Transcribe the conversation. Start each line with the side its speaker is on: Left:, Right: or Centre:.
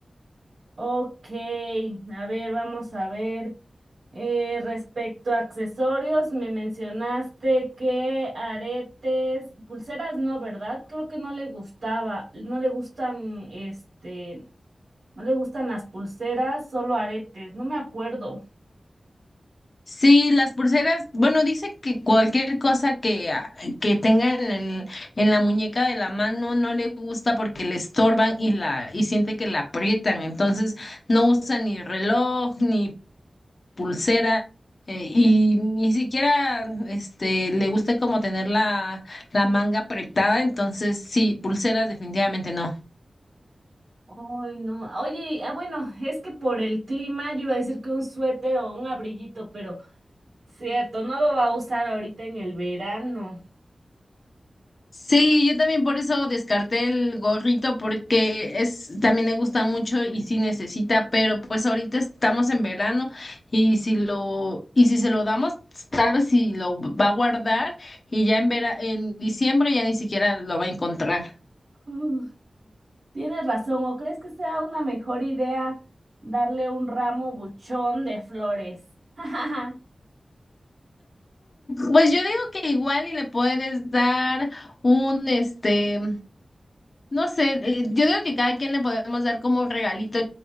Right: Ok, a ver, vamos a ver. Eh, respecto a accesorios, me mencionaste que aretes, pulseras no, ¿verdad? Creo que no le gustaba, no le gustan, este, no le gustan las pulseras, solo aretes, no me acuerdo.
Left: Sí, las pulseras, bueno, dice que cualquier cosa que, ah, que tenga en, el- en la muñeca de la mano no le gusta porque le estorban y la, y siente que la aprietan, entonces no usa ni reloj, ni pulsera, eh, y ni siquiera este le gusta como tener la, la manga apretada, entonces sí, pulseras definitivamente no.
Right: Ay, no. Oye, ah, bueno, es que por el clima yo iba a decir que un suéter o un abriguito, pero cierto, no lo va a usar ahorita en el verano.
Left: Sí, yo también por eso descarté el gorrito porque es también le gusta mucho y sí necesita, pero pues ahorita estamos en verano y si lo y si se lo damos, tal vez si lo va a guardar y ya en vera, en diciembre ya ni siquiera lo va a encontrar.
Right: Mm, tienes razón, ¿o crees que sea una mejor idea darle un ramo buchón de flores? <laughs>
Left: Pues yo digo que igual y le puedes dar un este, no sé, eh, yo digo que cada quien le podemos dar como un regalito